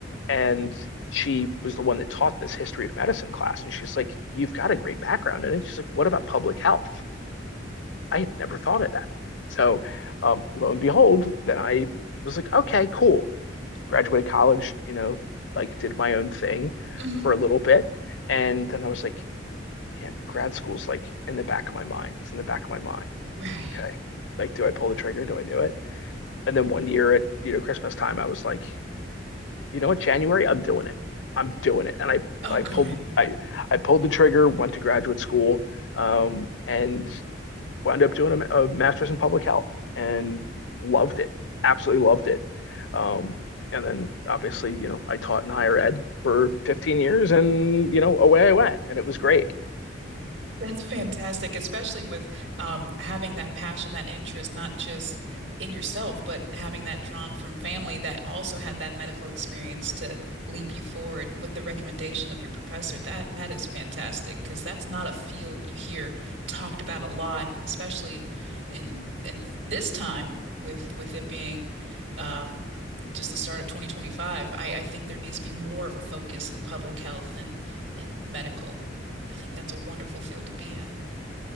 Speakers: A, on the left (about 75°); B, on the right (about 85°).
A: And she was the one that taught this history of medicine class, and she's like, "You've got a great background in it." She's like, "What about public health?" I had never thought of that. So, um, lo and behold, then I was like, "Okay, cool." graduated college, you know, like did my own thing
B: hmm
A: for a little bit. And then I was like, man, grad school's like in the back of my mind. It's in the back of my mind.
B: Right.
A: Okay. Like, do I pull the trigger? Do I do it? And then one year at, you know, Christmas time, I was like, you know what, January, I'm doing it. I'm doing it. And I
B: Oh,
A: I
B: good.
A: pulled I I pulled the trigger, went to graduate school, um, and wound up doing a, a master's in public health and loved it, absolutely loved it. Um, and then obviously, you know, I taught in higher ed for 15 years and, you know, away I went and it was great.
B: That's fantastic, especially with um, having that passion, that interest, not just in yourself, but having that drawn from family that also had that medical experience to leap you forward with the recommendation of your professor. That that is fantastic because that's not a field you hear talked about a lot, and especially in in this time with with it being um, just the start of 2025. I, I think there needs to be more of a focus in public health and and medical. I think that's a wonderful field to be in.